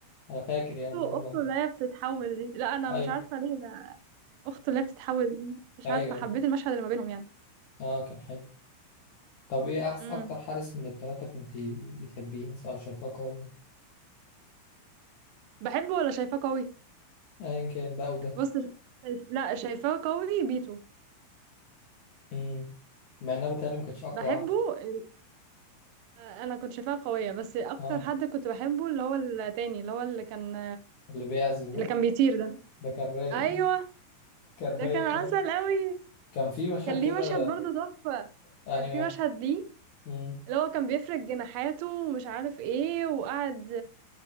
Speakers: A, on the left; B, on the right.
A: انا فاكر
B: أخته
A: يعني الموضوع
B: أخته
A: ده
B: اللي هي بتتحول دي لا انا
A: ايوه
B: مش عارفه ليه لا. اخته اللي هي بتتحول دي، مش
A: ايوه
B: عارفه
A: أيوة.
B: حبيت المشهد اللي ما بينهم يعني
A: اه كان حلو طب ايه احسن
B: امم
A: اكتر حارس من الثلاثة كنت بتحبيه مثلا او شايفاه قوي
B: بحبه ولا شايفاه قوي
A: ايا كان ده او ده
B: بص شايف... لا شايفاه قوي بيتو
A: امم مع انها بتهيألي ما كانتش اقوى
B: بحبه
A: واحد.
B: ال- آه، انا كنت شايفاه قوية بس اكتر
A: اه
B: حد كنت بحبه اللي هو التاني اللي هو اللي كان
A: اللي بيعزم
B: اللي
A: ده
B: كان بيطير ده
A: ده كان رايق
B: ايوه
A: كان
B: ده
A: رايق
B: كان عسل
A: قوي
B: قوي
A: كان في مشهد
B: كان
A: كده
B: ليه مشهد برضه تحفة
A: يعني
B: كان في
A: واحد
B: مشهد ليه
A: مم.
B: اللي هو كان بيفرد جناحاته ومش عارف ايه وقعد